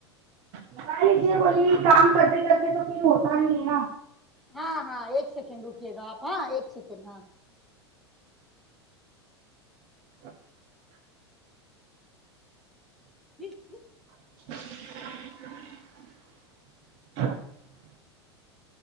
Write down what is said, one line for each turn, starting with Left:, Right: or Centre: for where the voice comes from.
Right: بتائی بولیے کام کرتے کرتے تو پھر ہوتا نہیں ہے
Centre: ہاں ہاں ایک سیکنڈ رکیے گا آپ ہاں ایک سیکنڈ ہاں
Right: ہچ <unintelligible>
Centre: ج <inaudible>
Right: <unintelligible>